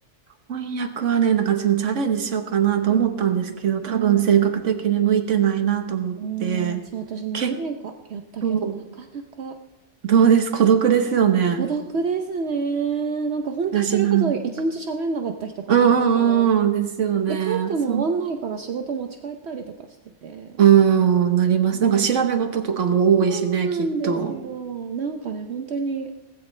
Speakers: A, on the right; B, on the right.
A: 翻訳はね、なんか私もチャレンジしようかなと思ったんですけど、
B: うん。
A: 多分性格的に向いてないなと思って、
B: うん。うーん、そう、私も何年かやったけど、
A: 結構、
B: なかなか
A: どうです孤独ですよね。
B: 孤独ですね。なんか本当にそれこそ一日喋んなかった日とかあったし、
A: だしなん、うんうんうん、ですよね。
B: で、帰っても終わんないから仕事持ち帰ったりとかしてて。
A: そう。うん、なります。
B: うん
A: なんか調べ事とかも多いしね、
B: そうなんですよ。
A: きっと。
B: なんかね、本当に